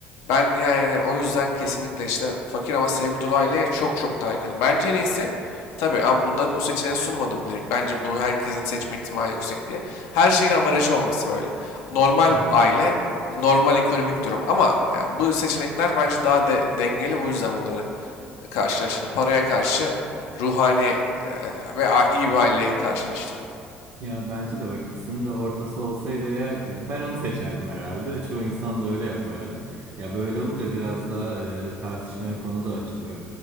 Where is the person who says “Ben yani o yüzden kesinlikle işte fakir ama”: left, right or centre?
Left